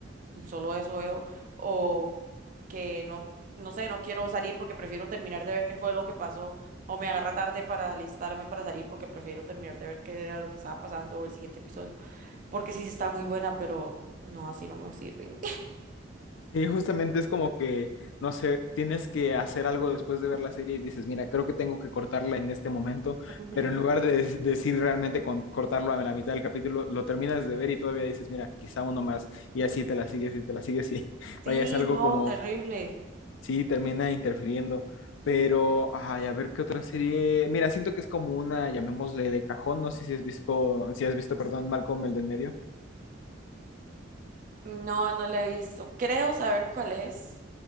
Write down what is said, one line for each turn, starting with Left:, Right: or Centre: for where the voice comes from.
Right: solo eso veo, o que no, no sé, no quiero salir porque prefiero terminar de ver qué fue lo que pasó, o me agarra tarde para alistarme para salir porque prefiero terminar de ver qué era lo que estaba pasando o el siguiente episodio, porque sí está muy buena, pero no, así no me sirven.
Left: Sí, justamente es como que, no sé, tienes que hacer algo después de ver la serie y dices, mira, creo que tengo que cortarla en este momento,
Right: <laughs> Ujú.
Left: pero en lugar de de- decir realmente con- cortarlo a la mitad del capítulo, lo terminas de ver y todavía dices, mira, quizá uno más, y así te la sigues y te la sigues y <laughs>
Right: Sí,
Left: vaya, es algo
Right: no,
Left: como
Right: terrible.
Left: Sí, termina interfiriendo. Pero, ay, a ver qué otra serie. Mira, siento que es como una, llamémosle de cajón. No sé si has visto, si has visto, perdón, Malcolm el del medio.
Right: No, no la he visto. Creo saber cuál es.